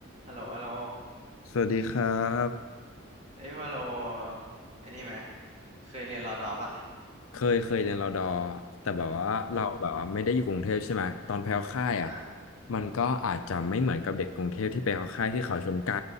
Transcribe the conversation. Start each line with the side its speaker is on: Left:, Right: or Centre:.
Right: ฮัลโหลฮัลโหล
Left: สวัสดีครับ
Right: เอ้ยว่าโลไอ้นี่ไหมเคยเรียนรอดอปะ
Left: เคยเคยเรียนรอดอแต่แบบว่าเราแบบว่าไม่ได้อยู่กรุงเทพใช่ไหมตอนไปเข้าค่ายอ่ะ
Right: อ่าอ่ะฮะ
Left: มันก็อาจจะไม่เหมือนกับเด็กกรุงเทพที่ไปเข้าค่ายที่เขาชนไก่